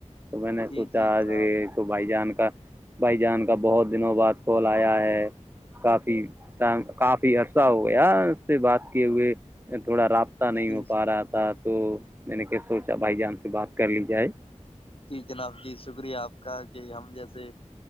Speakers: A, on the right (about 15°); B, on the left (about 45°).
A: تو میں نے
B: جی
A: سوچا
B: جی جناب
A: کہ تو بھائی جان کا بھائی جان کا بہت دنوں بعد کال آیا ہے کافی کافی عرصہ ہو گیا اس سے بات کیے ہوئے تھوڑا رابطہ پتا نہیں
B: جی
A: ہو پا رہا تھا تو میں نے کیا سوچا بھائی جان سے بات کر لی جائے
B: جی جناب جی شکریہ آپ کا کہ ہم جیسے